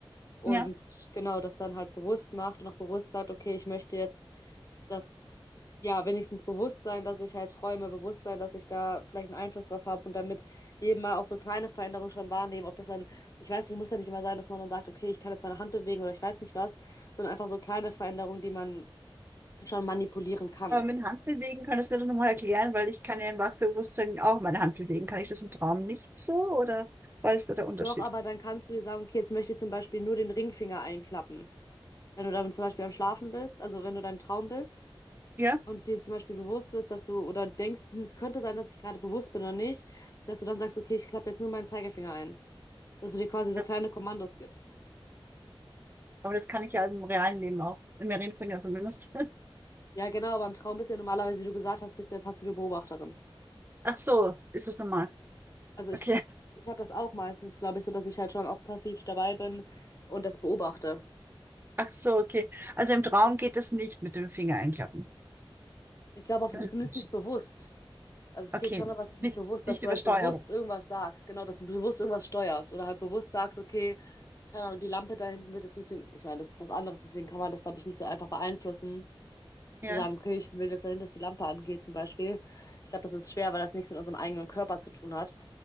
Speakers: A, on the left; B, on the right.
A: und
B: Ja.
A: genau das dann halt bewusst macht und auch bewusst sagt, okay, ich möchte jetzt das, ja, wenigstens bewusst sein, dass ich halt träume, bewusst sein, dass ich da vielleicht einen Einfluss drauf habe und damit eben mal auch so kleine Veränderungen schon wahrnehmen, ob das dann, ich weiß nicht, muss ja nicht immer sein, dass man dann sagt, okay, ich kann jetzt meine Hand bewegen oder ich weiß nicht was, sondern einfach so kleine Veränderungen, die man schon manipulieren kann.
B: Aber mit Handbewegen könntest du mir doch nochmal erklären, weil ich kann ja im Wachbewusstsein auch meine Hand bewegen. Kann ich das im Traum nicht so oder was ist da der Unterschied?
A: Doch, aber dann kannst du dir sagen, okay, jetzt möchte ich zum Beispiel nur den Ringfinger einklappen. Wenn du dann zum Beispiel am Schlafen bist, also wenn du deinem Traum bist
B: Ja?
A: und dir zum Beispiel bewusst wirst, dass du oder denkst, hm, es könnte sein, dass ich gerade bewusst bin oder nicht, dass du dann sagst, okay, ich klappe jetzt nur meinen Zeigefinger ein. Dass du dir quasi so
B: Ja.
A: kleine Kommandos gibst.
B: Aber das kann ich ja im realen Leben auch. Im Reden ja zumindest.
A: Ja, genau, aber im Traum bist du ja normalerweise, wie du gesagt hast, bist du ja passive Beobachterin.
B: <laughs> Ach so, ist es normal.
A: Also
B: Okay.
A: ich, ich habe das auch meistens, glaube ich, so, dass ich halt schon auch passiv dabei bin und das beobachte.
B: Ach so, okay. Also im Traum geht das nicht mit dem Finger einklappen.
A: Ich glaube auch zumindest
B: Das ist der Unterschied.
A: nicht bewusst. Also es
B: okay.
A: geht schon, aber es ist nicht
B: Nicht,
A: bewusst,
B: nicht
A: dass du
B: Übersteuerung.
A: halt bewusst irgendwas sagst. Genau, dass du bewusst irgendwas steuerst oder halt bewusst sagst, okay, keine Ahnung, die Lampe da hinten wird jetzt ein bisschen, ich meine, das ist was anderes, deswegen kann man das, glaube ich, nicht so einfach beeinflussen.
B: Ja,
A: Zu sagen, okay, ich will jetzt dahin, dass die Lampe angeht, zum Beispiel. Ich glaube, das ist schwer, weil das nichts mit unserem eigenen Körper zu tun hat.